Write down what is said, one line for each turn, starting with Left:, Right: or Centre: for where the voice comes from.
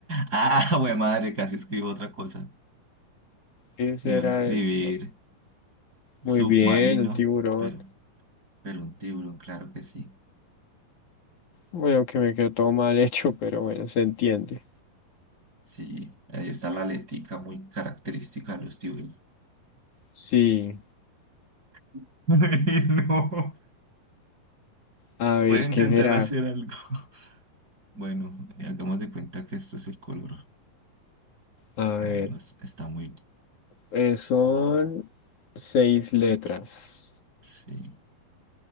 Right: Ah, güey, madre, casi escribo otra cosa.
Left: ¿Qué será
Right: Iba a escribir.
Left: esto?
Right: submarino,
Left: Muy bien, un tiburón.
Right: pero, pero un tiburón, claro que sí.
Left: Bueno, que me quedó todo mal <laughs> hecho, pero bueno, se entiende.
Right: Sí, ahí está la aletica muy característica de los tiburones.
Left: Sí,
Right: <laughs> Ay, No.
Left: a ver,
Right: Voy a intentar
Left: ¿qué será?
Right: hacer algo. <laughs> Bueno, eh, hagamos de cuenta que esto es el color.
Left: A
Right: Ay,
Left: ver,
Right: no, es- está muy...
Left: eh, son seis letras.
Right: Sí.